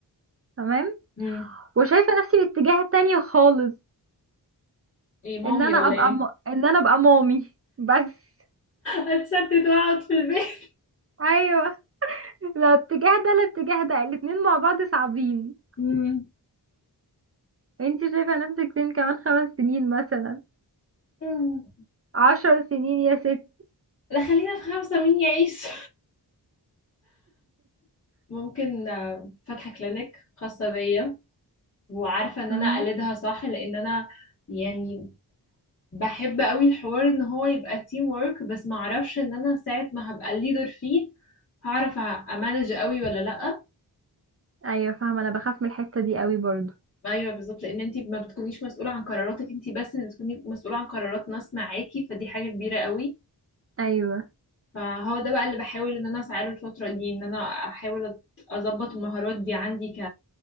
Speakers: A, on the right; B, on the left.
A: تمام
B: مم.
A: وشايفه نفسي في الاتجاه التاني خالص
B: ايه مامي
A: ان انا
B: ولا
A: ابقى
B: ايه
A: م... ان انا ابقى مامي بس
B: هتستت واقعد في البيت
A: ايوه لا اتجاه ده لا اتجاه ده الاتنين مع بعض صعبين
B: مم.
A: انت شايفه نفسك فين كمان خمس سنين مثلا
B: مم.
A: عشر سنين يا ست
B: لا خلينا في خمسة مين يعيش <laughs> ممكن آه، فاتحة كلينيك خاصة بيا وعارفة ان
A: امم
B: انا اقلدها صح لان انا يعني بحب قوي الحوار ان هو يبقى تيم وورك بس ما اعرفش ان انا ساعة ما هبقى الليدر فيه هعرف امانج قوي ولا لا
A: ايوه فاهمه انا بخاف من الحته دي قوي برضو
B: ايوه بالظبط لان انت ما بتكونيش مسؤوله عن قراراتك انت بس اللي بتكوني مسؤوله عن قرارات ناس معاكي فدي حاجه كبيره قوي
A: ايوه
B: فهو ده بقى اللي بحاول ان انا اسعى له الفتره دي ان انا احاول أت- اظبط المهارات دي عندي ك